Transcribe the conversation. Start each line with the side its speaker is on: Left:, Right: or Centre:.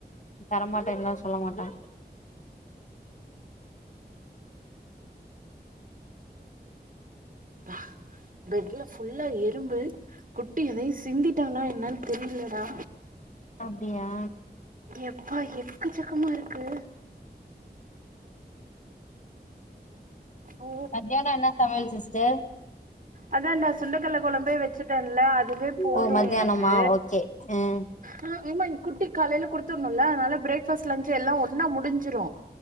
Left: தரமாட்டேனுலாச் சொல்ல மாட்டா
Right: பஹ் பெட்ல ஃபுல்லா எறும்பு குட்டி எதையு சிந்திட்டானா என் னான்னு தெரிலடா
Left: அப்டியா
Right: எப்பா எக்கச் சக்கமா இருக்கு ஓ
Left: மத்தியானொ என்ன சமையல் சிஸ்டர்
Right: அதான்டா சுண்டக்கட்ல கொழம்பே வச்சுட்டேன்ல அதுவே போது
Left: ஓ மத்தியானமா
Right: எனக்கு
Left: ஓகே ம்
Right: ஹா ஏம்மா இன் குட்டி காலைல குடுத்துர்னுல்ல அதனால ப்ரேக் ஃபாஸ்ட் லன்ச் எல்லா ஒன்னா முடிஞ்சிரு